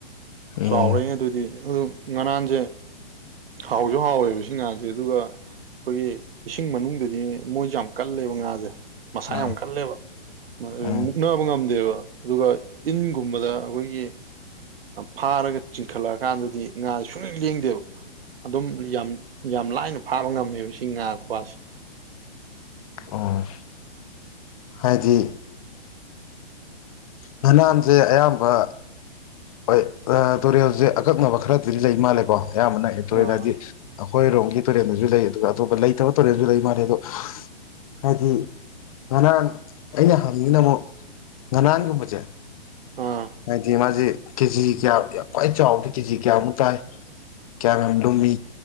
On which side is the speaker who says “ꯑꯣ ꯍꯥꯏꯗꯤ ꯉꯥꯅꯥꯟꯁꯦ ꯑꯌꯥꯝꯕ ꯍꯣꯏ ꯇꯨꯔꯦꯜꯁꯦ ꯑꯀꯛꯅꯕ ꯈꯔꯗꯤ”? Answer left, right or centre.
Left